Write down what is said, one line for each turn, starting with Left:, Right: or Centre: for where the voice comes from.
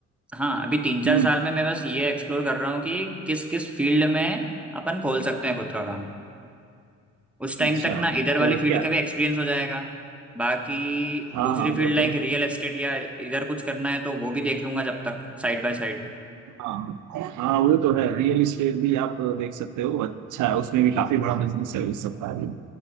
Centre: हाँ अभी तीन चार
Right: हम्म,
Centre: साल में मैं बस ये एक्सप्लोर कर रहा हूँ कि किस किस फील्ड में अपन खोल सकते हैं खुद का काम उस टाइम
Right: अच्छा
Centre: तक ना इधर वाली
Right: तो
Centre: फील्ड
Right: क्या
Centre: का भी एक्सपीरियंस हो जाएगा बाकी
Right: हाँ
Centre: दूसरी
Right: हाँ
Centre: फील्ड
Right: वो
Centre: लाइक
Right: तो है,
Centre: रियल एस्टेट या इधर कुछ करना है तो वो भी देख लूंगा जब तक साइड बाय साइड
Right: हाँ हाँ वो तो है रियल इस्टेट भी आप देख सकते हो अच्छा है उसमें भी काफी बड़ा बिजनेस है उस सबका भी